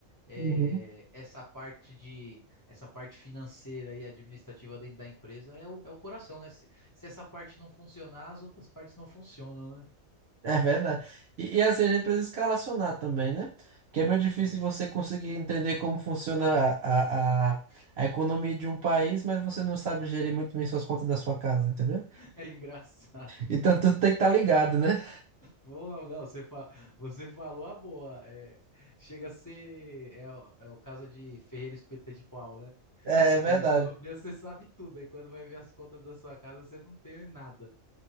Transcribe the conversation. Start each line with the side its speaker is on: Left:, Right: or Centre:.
Left: é,
Right: uhum.
Left: essa parte de essa parte financeira e administrativa dentro da empresa é o, é o coração, né? Se, se essa parte não funcionar, as outras partes não funcionam, né?
Right: É verdade. E, e assim, a gente precisa escalacionar também, né? Porque é meio difícil
Left: É,
Right: você conseguir entender como funciona a, a, a, a economia de um país, mas você não sabe gerir muito bem suas contas da sua casa, entendeu?
Left: <laughs> é engraçado.
Right: Então, tu tem que estar ligado, né?
Left: Porra, não, você, fa... você falou a boa. É, chega a ser. É, o é o caso de Ferreira Espeta de Pau, né?
Right: É, é verdade.
Left: Da economia você sabe tudo. Aí quando vai ver as contas da sua casa, você não tem nada.